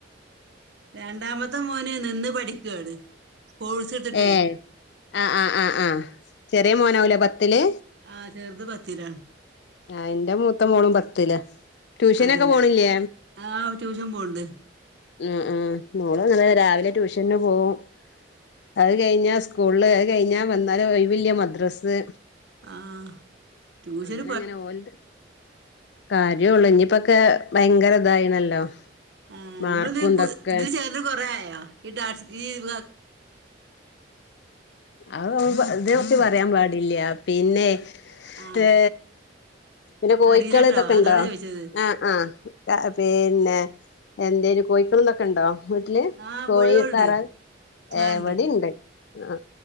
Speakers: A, on the right; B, on the left.
A: രണ്ടാമത്തെ മോന് നിന്ന് പഠിക്കാണ് കോഴ്സ് എടുത്തിട്ടേ
B: ഏ ആ ആ ആ ആ ചെറിയെ മോനാവുലേ പത്തില്
A: ആ ചെർത് പത്തിലാണ്
B: ആ ഇന്റെ മൂത്തമോളും പത്തിലാ ട്യൂഷനൊക്കെ
A: അതേലെ
B: പോണില്ലേ
A: ആഹ് ട്യൂഷൻ പോണ്ട്
B: ഉം ഉം മോള് അങ്ങനെ രാവിലെ ട്യൂഷന്ന് പോവും അത് കഴിഞ്ഞാ സ്കൂള്ള് അത് കയ്ഞ്ഞാ വന്നാല് ഒഴിവില്ല മദ്രസ്സ്
A: ആ ടൂഷൻ
B: അങ്ങനങ്ങനെ ഓൽത് കാര്യോള്ളൂ ഇനിപ്പൊക്കേ ഭയങ്കര ഇതായിണല്ലോ
A: ആ
B: മാർക്കും
A: ഇങ്ങൾത്
B: ഇതൊക്കെ
A: ഇതില് ചേർന്ന്ട്ട് കൊറേ ആയേ !!!!!!!!!!
B: അ <unintelligible> ഇതിനെ കുറിച്ച് പറയാപാടില്യ പിന്നെ
A: ആഹ്
B: ഏ പിന്നെ കോയിക്കള്
A: അറിയില്ലട്ടോ
B: ഇതൊക്കെണ്ടോ
A: അതോണ്ടാ ചോദിച്ചത്
B: ആ ആ പിന്നെ എന്തേനു കോയിക്കളു ഇതൊക്കെണ്ടോ വീട്ടില്
A: ആഹ്
B: കോയി
A: കോഴികളുണ്ട്
B: താറാവ് ഏ
A: ആണ്ട്
B: ഇവടീണ്ട് ആ